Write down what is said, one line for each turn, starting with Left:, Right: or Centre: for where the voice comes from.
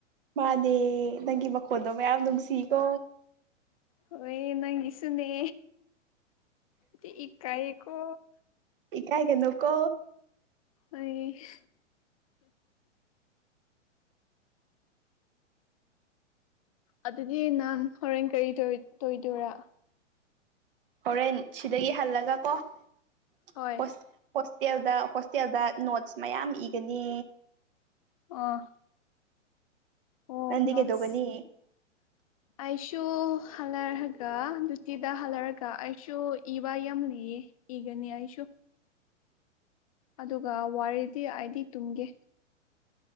Right: ꯃꯥꯅꯦ ꯅꯪꯒꯤ ꯃꯈꯣꯟꯗꯣ ꯃꯌꯥꯝ ꯅꯨꯡꯁꯤꯀꯣ
Left: ꯍꯣꯏ ꯅꯪꯒꯤꯁꯨꯅꯦ ꯗꯤ ꯏꯀꯥꯏꯌꯦꯀꯣ
Right: ꯏꯀꯥꯏꯒꯅꯣꯀꯣ
Left: ꯑꯩꯒꯤ ꯑꯗꯨꯗꯤ ꯅꯪ ꯍꯣꯔꯦꯟ ꯀꯔꯤ ꯇꯣꯏ ꯇꯣꯏꯗꯣꯏꯔꯥ
Right: ꯍꯣꯔꯦꯟ ꯁꯤꯗꯒꯤ ꯍꯜꯂꯒ ꯀꯣ ꯑꯣꯁ
Left: ꯍꯣꯏ
Right: ꯍꯣꯁꯇꯦꯜꯗ ꯍꯣꯁꯇꯦꯜꯗ ꯅꯣꯠꯁ ꯃꯌꯥꯝ ꯏꯒꯅꯤ
Left: ꯑꯝ ꯑꯣ
Right: ꯅꯪꯗꯤ
Left: ꯅꯣꯠꯁ
Right: ꯀꯩꯗꯧꯒꯅꯤ
Left: ꯑꯩꯁꯨ ꯍꯜꯂꯔꯒ <unintelligible> ꯍꯜꯂꯔꯒ ꯑꯩꯁꯨ ꯏꯕ ꯌꯥꯎꯅꯤ ꯏꯒꯅꯤ ꯑꯩꯁꯨ ꯑꯗꯨꯒ ꯋꯥꯔꯤꯗꯤ ꯑꯩꯗꯤ ꯇꯨꯝꯒꯦ